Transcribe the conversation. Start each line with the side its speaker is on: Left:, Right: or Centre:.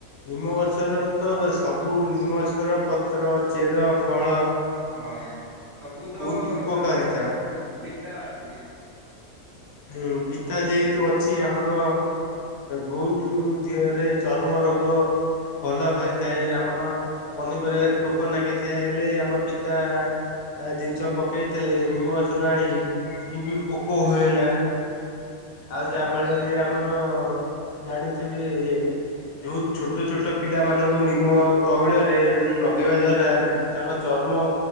Left: ନିମ ଗଛର ତ ସବୁ ନିମ ଗଛ ର ପତ୍ର, ଚେର, ଫଳ
Right: ହଁ ସବୁ ତ
Left: ବହୁତ ଉପକାରିତା
Right: ତାର ପିତା ଅଛି।
Left: ହୁଁ ପିତା ଯେହେତୁ ଅଛି ଆମର ବହୁତ୍ ତୁ ଦେହରେ ଚର୍ମ ରୋଗ ଭଲ କରି ଥାଏ ଆମର ପନିପରିବାରେ ପୋକ ନାଗିଥାଏ ହେଲେ ଆମେ ପିତା ଆ ଜିନିଷ ପକେଇଥିଲେ ନିମ ଗଛୁରୁ ଆଣିକି ସେଇ ବି ପୋକ ହୁଏନା। ଆଉ ଯାହା
Right: ହଁ
Left: ଫଳରେ ଆମର ଜାଣିଥିବେ ଯୋଉ ଛୋଟ ଛୋଟ ପିଲା ମାନଙ୍କୁ ନିମ ତୈଳରେ ଲଗେଇବା ଦ୍ଵାରା ତାଙ୍କ ଚ ର୍ମ